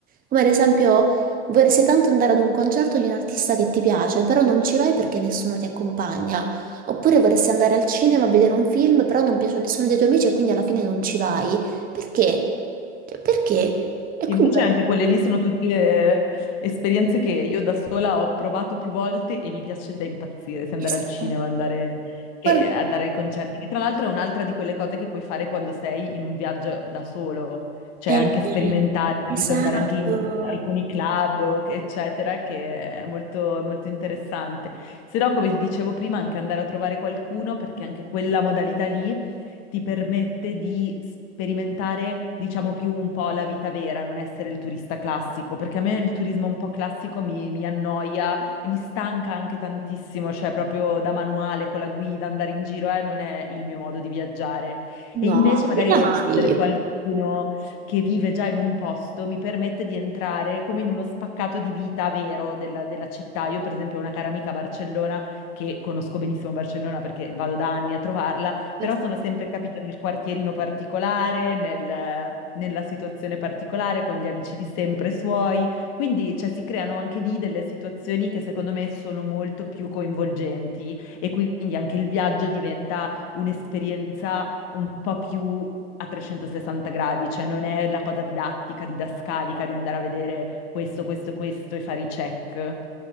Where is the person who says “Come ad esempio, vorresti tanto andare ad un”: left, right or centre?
Right